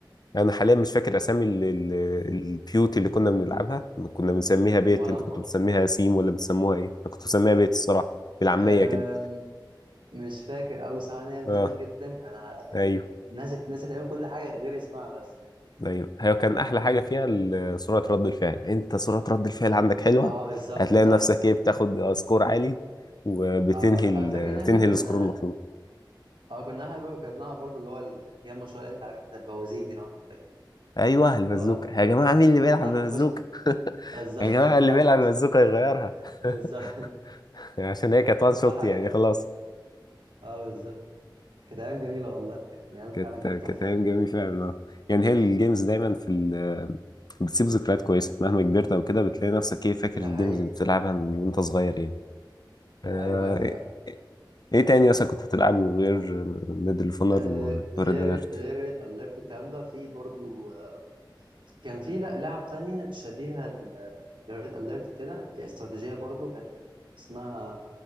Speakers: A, on the left (about 55°); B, on the right (about 80°).
A: يعني انا حاليا مش فاكر اسامي ال- ال- البيوت اللي كنا بنلعبها كنا بنسميها بيت
B: وانا
A: انتوا
B: برضه
A: كنتوا بتسميها سيم ولا بتسموها ايه انا كنت بسميها بيت الصراحه بالعاميه
B: أم،
A: كده
B: مش فاكر أوي صراحة إن هي من
A: اه
B: زمان جدا فأنا يعني
A: ايوه
B: نسيت نسيت تقريبا كل حاجة غير اسمها بس
A: ايوه هي كان احلى
B: فاهم؟
A: حاجه فيها ال- سرعه رد الفعل انت سرعه رد الفعل عندك حلوه
B: اه بالظبط
A: هتلاقي
B: صح
A: نفسك
B: صح
A: ايه بتاخد سكور عالي وبتنهي
B: اه
A: ال-
B: أنا فاكر إن احنا
A: بتنهي
B: كنا
A: السكور المطلوب
B: اه كنا احنا بقى- كنا بنلعب برضه اللي هو الجيم شوية اللي أنت عارفها بتاعت البوازيك دي لو أنت فاكر
A: ايوه البازوكه
B: اللي هو
A: يا جماعه مين اللي بيلعب
B: كنا ساعات
A: ببازوكه
B: بنخش
A: <laughs>
B: بالظبط
A: يا جماعه
B: <laughs> نلعب
A: اللي بيلعب
B: بوازيك.
A: ببازوكه يغيرها
B: بالظبط
A: <laughs> عشان هي كانت
B: كانت
A: وان
B: بصراحة
A: شوت يعني
B: أيام
A: خلاص
B: اه بالظبط كانت أيام جميلة والله يعني أيام
A: كانت
B: فعلا كانت
A: كانت
B: تحفة
A: ايام جميله فعلا اه يعني هي الجيمز دايما في ال... بتسيب ذكريات كويسه مهما كبرت او كده بتلاقي نفسك ايه فاكر
B: ده
A: الجيمز
B: حقيقي
A: اللي بتلعبها من وانت صغير يعني آه...
B: أيوه أيوه فعلا
A: ايه إيه تاني مثلا كنت بتلعبه غير ميدل اوف
B: آه غير
A: وريد اليرت
B: غير ريد أليرت والكلام ده في برضو آه كان في لا- لعب تانية شبيهة ل- لريد أليرت كده هي استراتيجية برضو كان اسمها